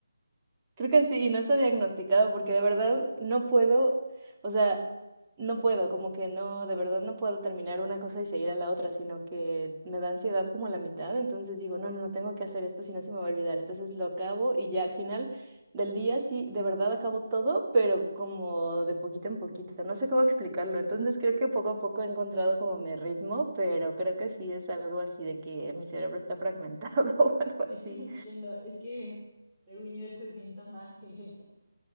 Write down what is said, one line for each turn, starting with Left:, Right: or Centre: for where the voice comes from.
Right: Creo que sí, y no está diagnosticado porque de verdad no puedo, o sea, no puedo, como que no, de verdad no puedo terminar una cosa y seguir a la otra, sino que me da ansiedad como la mitad, entonces digo, no, no, no tengo que hacer esto, si no se me va a olvidar, entonces lo acabo y ya al final del día sí, de verdad acabo todo, pero como de poquito en poquito, no sé cómo explicarlo, entonces creo que poco a poco he encontrado como mi ritmo, pero creo que sí es algo así de que mi cerebro está fragmentado <laughs> o algo
Centre: sí
Right: así.
Centre: te entiendo. Es que según yo ese síntoma <laughs> de,